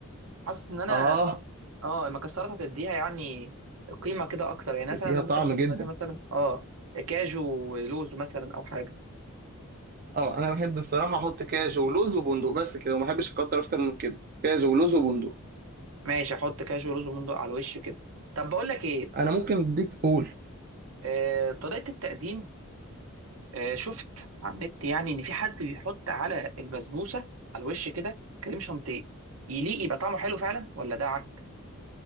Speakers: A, on the right; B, on the right.
A: حاسس ان انا
B: اه
A: اه المكسرات هتديها يعني قيمه كده اكتر يعني
B: هتديها
A: مثلا انا
B: طعم
A: ممكن احط
B: جدا
A: عليها مثلا اه كاجو ولوز مثلا او حاجه
B: اه انا بحب بصراحة احط كاجو ولوز وبندق بس كده وما بحبش اكتر اكتر من كده كاجو ولوز وبندق
A: ماشي احط كاجو ولوز ومندق على الوش كده طب بقول لك ايه
B: انا ممكن اديك قول
A: آه طريقه التقديم آه شفت على النت يعني ان في حد بيحط على البسبوسه على الوش كده كريم شانتيه يليق يبقى طعمه حلو فعلا ولا ده عك